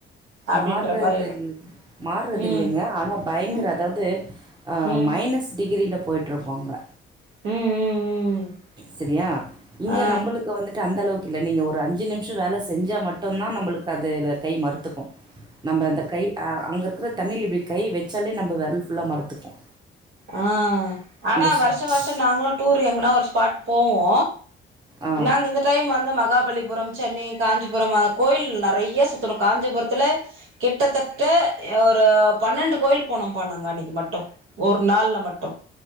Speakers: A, on the right; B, on the right.
A: அப்டின்ற
B: மார்றது
A: மாரி இரு
B: இல் மார்றது
A: ம்
B: இல்லிங்க ஆனா பயங்கர
A: ம்
B: அதாவது ஆ
A: ம்
B: மைனஸ் டிகிரியில போய்ட்ருக்கு அங்க
A: ம் ம் ம்
B: சரியா இங்க
A: ஆ
B: நம்பளுக்கு வந்துட்டு அந்தளவுக்கு இல்ல நீங்க ஒரு அஞ்சு நிமி ஷ வேல செஞ்சா மட்டுந்தா நம்புளுக்கு அது கை மறுத்துக்கு நம்ப அந்த கை ஆ அங்கருக்கற தண்ணில இப்டி கை வச்சாலே நம்ப வெரல் ஃபுல்லா மறுத்துக்கு
A: ஆ ஆனா
B: சு-
A: வருஷ வருஷோ நாங்களு டூர் எங்கனா ஒரு ஸ்பாட் போவோ
B: ஆ
A: நாங்க இந்த டைம் வந்து மகாபலிபுரம் சென்னை காஞ்சிபுரம் அது கோயில் நறைய சுத்தணு காஞ்சிபுரத்துல கிட்டத்தட்ட ஒரு பன்னண்டு கோயில் போனோப்பா நாங்க அன்னிக்கு மட்டு ஒரு நாள்ல மட்டு